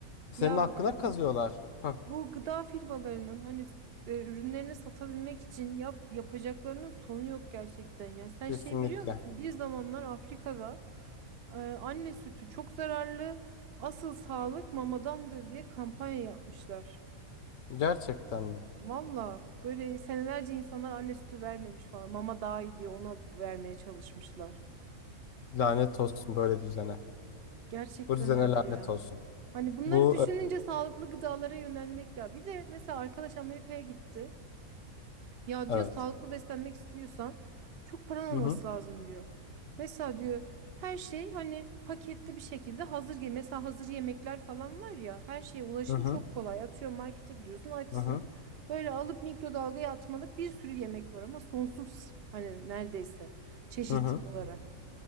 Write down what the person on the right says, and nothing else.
Ya
Bu gıda firmalarının hani e, ürünlerini satabilmek için yap, yapacaklarının sonu yok gerçekten ya. Sen
şey biliyor musun? Bir zamanlar Afrika'da e, anne sütü çok zararlı, asıl sağlık mamadandır diye kampanya yapmışlar.
Valla böyle senelerce insanlar anne sütü vermemiş falan. Mama daha iyi diye onu alıp vermeye çalışmışlar.
Gerçekten
öyle
ya.
Hani bunları
düşününce sağlıklı gıdalara yönelmek de. Bir de mesela arkadaş Amerika'ya gitti. Ya
diyor
sağlıklı beslenmek istiyorsan çok paran
olması
lazım diyor. Mesela diyor her şey hani paketli bir şekilde hazır gel. Mesela hazır yemekler falan var ya her şeye ulaşım
çok kolay. Atıyor markete gidiyorsun açsın.
Böyle alıp mikrodalgaya atmalık bir sürü yemek var ama sonsuz hani neredeyse çeşit
olarak.